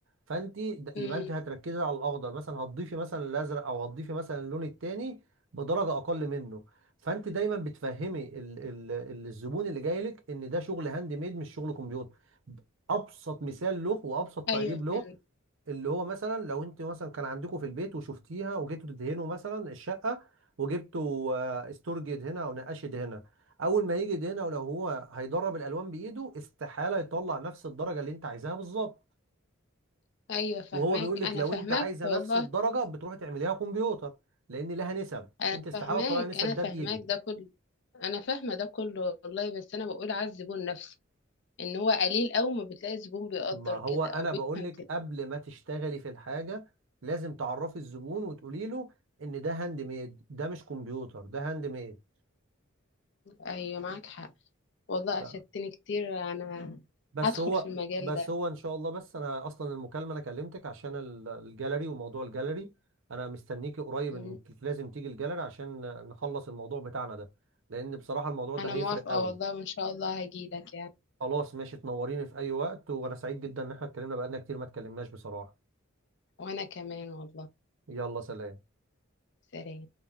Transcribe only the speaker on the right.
فانت د-
يبقى انت هتركزي على الاخضر مثلا هتضيفي مثلا الازرق او هتضيفي مثلا اللون التاني بدرجه اقل منه فانت دايما بتفهمي ال ال ال- الزبون اللي جاي لك ان ده شغل هاند ميد مش شغل كمبيوتر ابسط مثال له وابسط
تقريب له
اللي هو مثلا لو انت مثلا كان عندكم في البيت وشفتيها وجيتوا تدهنوا مثلا الشقه وجبتوا آه، استورج يدهنها او نقاش يدهنها اول ما يجي يدهنها ولو هو هيدرب الالوان بايده استحاله يطلع نفس الدرجه اللي انت عايزاها بالظبط
وهو بيقول لك
لو
انت عايزه
نفس الدرجه بتروحي تعمليها كمبيوتر لان لها نسب
انت استحاله
تطلعي نسب
ده بايدك
ما هو
انا
بقول لك
قبل ما تشتغلي في الحاجه لازم تعرفي الزبون وتقولي له ان ده هاند ميد ده مش كمبيوتر ده هاند ميد
ف...
بس
هو
بس
هو ان شاء الله بس انا اصلا المكالمه انا كلمتك عشان ال- الجاليري وموضوع الجاليري انا مستنيكي قريب
انك لازم تيجي الجاليري عشان نخلص الموضوع بتاعنا ده لان بصراحه الموضوع ده
هيفرق
قوي
خلاص ماشي تنوريني في اي وقت وانا سعيد جدا ان احنا اتكلمنا بقالنا كتير ما اتكلمناش بصراحه
يلا سلام